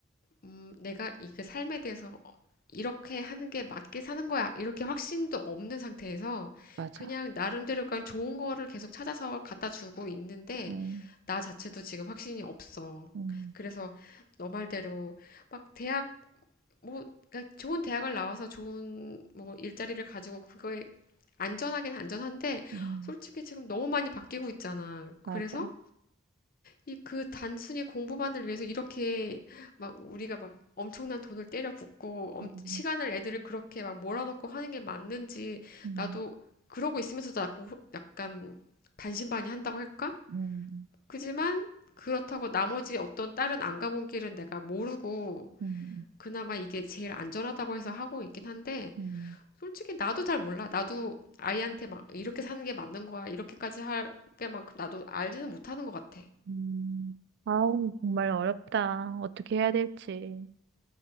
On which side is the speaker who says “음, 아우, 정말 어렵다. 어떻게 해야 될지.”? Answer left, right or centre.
Right